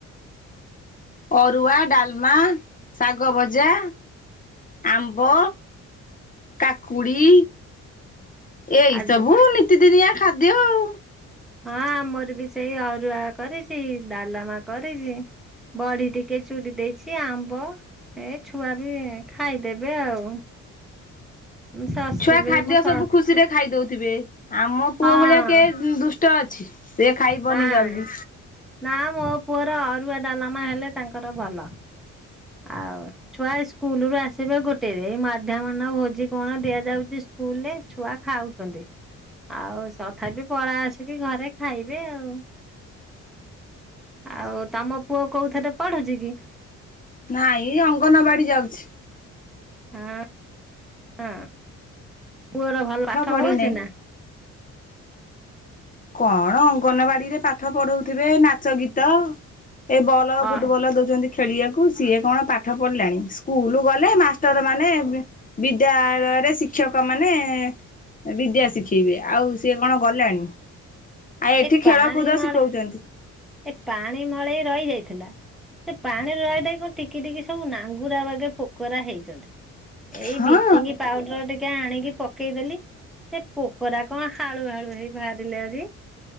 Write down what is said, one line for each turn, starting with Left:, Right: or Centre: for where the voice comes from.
Left: ଅରୁଆ, ଡାଲମା, ଶାଗ ଭଜା ଆମ୍ବ, କାକୁଡ଼ି ଏଇ
Centre: ଆଜି
Left: ସବୁ ନିତିଦିନିଆ ଖାଦ୍ୟ ଆଉ।
Centre: ହଁ ଆମର ବି ସେଇ ଅରୁଆ କରିଚି ଡାଲମା କରିଚି। ବଡ଼ି ଟିକେ ଚୁରି ଦେଇଛି ଆମ୍ବ ଏ ଛୁଆ ବି ଖାଇଦେବେ ଆଉ। ଶାଶୁ
Left: ଛୁଆ ଖାଦ୍ୟ
Centre: ବି ମୋ ଶା
Left: ସବୁ ଖୁସିରେ ଖାଇ ଦଉଥିବେ ଆମ
Centre: ହଁ
Left: ପୁଅ ଭଳିଆ କିଏ ଦୁଷ୍ଟ ଅଛି। ସେ ଖାଇବନି
Centre: ନାଇଁ।
Left: ଜଲ୍ଦି
Centre: ନା ମୋ ପୁଅର ଅରୁଆ ଡାଲମା ହେଲେ ତାଙ୍କର ଭଲ ଆଉ ଛୁଆ ଇସ୍କୁଲ ରୁ ଆସିବେ ଗୋଟେ ରେ ମାଧ୍ୟମନ ଭୋଜି କଣ ଦିଆଯାଉଛି ସ୍ କୁଲରେ ଛୁଆ ଖାଉଛନ୍ତି ଆଉ ତଥାପି ପଳେଇ ଆସିକି ଘରେ ଖାଇବେ ଆଉ। ଆଉ ତମ ପୁଅ କୋଉ ଥିରେ ପଢ଼ୁଛି କି?
Left: ନାଇଁ ଅଙ୍ଗନବାଡ଼ି ଯାଉଛି।
Centre: ହଁ ଅଁ ପୁଅର ଭଲ ପାଠ
Left: ପଢି
Centre: ହଉଛି
Left: ନାହିଁ।
Centre: ନା?
Left: କଣ ଅଙ୍ଗନବାଡ଼ି ରେ ପାଠ ପଢ଼ଉଥିବେ ନାଚ ଗୀତ। ଏଇ ବଲ <unintelligible>
Centre: ଅ
Left: ଫୁଟବଲ୍ ଦଉଛନ୍ତି ଖେଳିବାକୁ ସିଏ କଣ ପାଠ ପଢ଼ିଲାଣି ସ୍କୁଲ ଗଲେ ମାଷ୍ଟର ମାନେ ବେ ବିଦ୍ୟାଳୟରେ ଶିକ୍ଷକ ମାନେ। ବିଦ୍ୟା ଶିଖେଇବେ ଆଉ ସିଏ କଣ ଗଲାଣି। ଆଉ ଏଠି
Centre: ଏ
Left: ଖେଳକୁଦ
Centre: ପାଣି ମଳ
Left: ଶିଖଉଛନ୍ତି।
Centre: ଏ ପାଣି ମଳେଇ ରହି ଯାଇଥିଲା। ସେ ପାଣି ରହି ରହି କଣ ଟିକି ଟିକି ସବୁ ନାଙ୍ଗୁରା ବାଗେ ପୋକରା ହେଇଛନ୍ତି। ଏଇ
Left: ହଁ
Centre: ବିଚିଙ୍ଗି ପାଉ ଡର ଟିକେ ଆଣିକି ପକେଇଦେଲି ସେ ପୋକରା କଣ ହାଳୁ ହାଳୁ ହେଇ ବାହାରିଲେ ଆଜି।